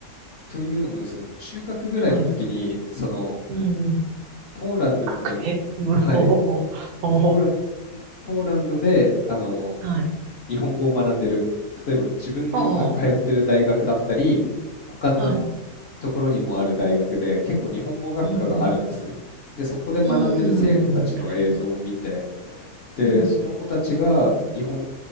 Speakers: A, on the left; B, on the right.
A: というのもですね、中学ぐらいの時に、
B: はい。
A: その、
B: うん、
A: ポーランドの、
B: 確定。<laughs> 無法。
A: はい、
B: おー
A: ポーラ、ポーランドで、あの、
B: はい。
A: 日本語を学んでる。例えば自分の今通ってる大学だったり、
B: ああ、
A: 他の
B: はい。
A: ところにもある大学で結構日本語学科があるんですね。
B: うん、うん。
A: で、そこで学んでる生徒たちの映像を見て、
B: うん、うん、うん、うん確かに。
A: で、
B: うん、
A: その子たちが日本